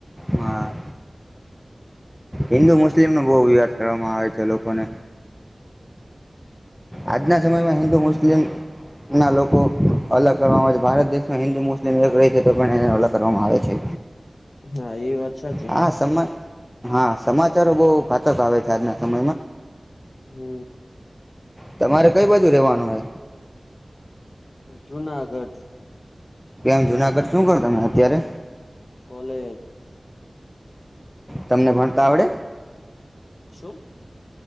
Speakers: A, in the centre; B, on the left.
A: હાઆ હિન્દુ, મુસ્લિમનો બહુ વિવાદ કરવામાં આવે છે લોકોને, આજના સમયમાં હિન્દુ મુસ્લિમ ના લોકો અલગ કરવામાં આવે છે. ભારત દેશમાં હિન્દુ મુસ્લિમ એક રહી છે તો, પણ એને અલગ કરવામાં આવે છે.
B: હા એ વાત સાચી
A: હા, સમા હા સમાચારો બહુ ઘાતક આવે છે. આજના સમયમાં,
B: હમમ
A: તમારે કઈ બાજુ રહેવાનું હૈ?
B: જુનાગઢ
A: કેમ? જુનાગઢ શું કરો તમે અત્યારે?
B: કોલેજ
A: તમને ભણતા આવડે?
B: શું?